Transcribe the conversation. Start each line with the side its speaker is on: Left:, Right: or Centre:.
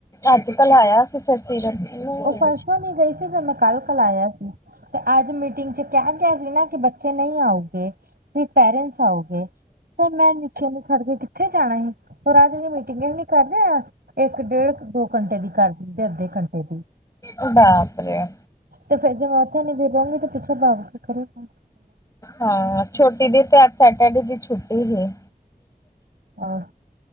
Left: ਅੱਜ ਤਾਂ ਲਾਇਆ ਸੀ ਫੇਰ ਸੀਰਤ ਨੂੰ।
Right: ਉਹ ਪਰਸੋਂ ਨਹੀਂ ਗਈ ਸੀ ਫਿਰ ਮੈਂ ਕੱਲ ਕੱਲ ਆਇਆ ਸੀ 'ਤੇ ਅੱਜ ਮੀਟਿੰਗ 'ਚ ਕੇਆ ਗਿਆ ਸੀ ਨਾ ਕਿ ਬੱਚੇ ਨਈ ਆਉਗੇ ਸਿਰਪ ਪੇਰੈਂਸ ਆਉ ਗੇ 'ਤੇ ਮੈਂ ਨੀਚੇ ਨੂੰ ਖੜਗੇ ਕਿੱਥੇ ਜਾਣਾ ਹੀ ਓ ਰਾਜ ਵੀ ਮੀਟਿੰਗ ਏ ਨੀ ਕਰਦੇ ਆ। ਇੱਕ ਡੇਢ ਕ ਦੋ ਘੰਟੇ ਦੀ ਕਰ ਦਿੰਦੇ ਆ ਅੱਧੇ ਘੰਟੇ ਦੀ।
Left: ਓ ਬਾਪ ਰੇ।
Right: ਤੇ ਫੇਰ ਜੇ ਮੈਂ ਉੱਥੇ ਨੀ ਗਿਰਾਗੀ ਤੇ ਪਿੱਛੇ ਭਾਗ ਕੇ ਕਰੂਗਾ।
Left: ਹਾਂ ਛੋਟੀ ਦੀ ਤੇ ਅੱਜ ਸੈਟਰਡੇ ਦੀ ਛੁੱਟੀ ਵੇ।
Right: ਆਹ,